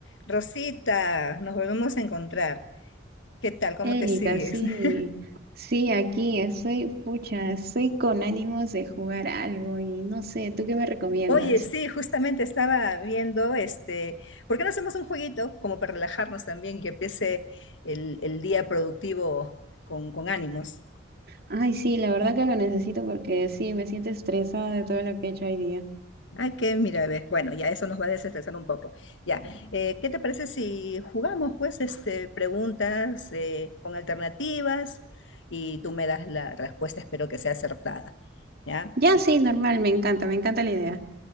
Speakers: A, on the left (about 75°); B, on the right (about 55°).
A: Rosita, nos volvemos a encontrar. ¿Qué tal? ¿Cómo
B: Erika,
A: te sigues?
B: sí,
A: <laughs>
B: sí, aquí estoy, pucha, estoy con ánimos de jugar algo y no sé, ¿tú qué me recomiendas?
A: Oye, sí, justamente estaba viendo este, ¿por qué no hacemos un jueguito como para relajarnos también, que empiece el, el día productivo con, con ánimos?
B: Ay, sí, la verdad que lo necesito porque sí, me siento estresada de todo lo que he hecho hoy día.
A: Ay, que mira, ves, bueno, ya eso nos va a desestresar un poco. Ya, eh, ¿qué te parece si jugamos pues este, preguntas eh, con alternativas y tú me das la respuesta, espero que sea acertada, ¿ya?
B: Ya, sí, normal, me encanta, me encanta la idea.